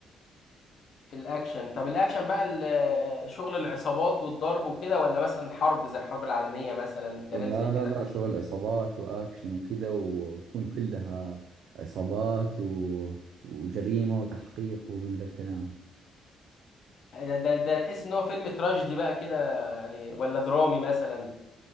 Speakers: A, on the left (about 60°); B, on the right (about 75°).
A: في الاكشن طب الاكشن بقى ال- آه، شغل العصابات والضرب وكده ولا مثلا حرب زي الحرب العالميه مثلا كلام
B: لا
A: زي كده
B: لا لا شغل عصابات واكشن وكذا و- وتكون كلها عصابات و... وجريمة وتحقيق ومن ذا الكلام
A: ده ده, ده تحس ان هو فيلم تراجيدي بقى كده يعني ولا درامي مثلا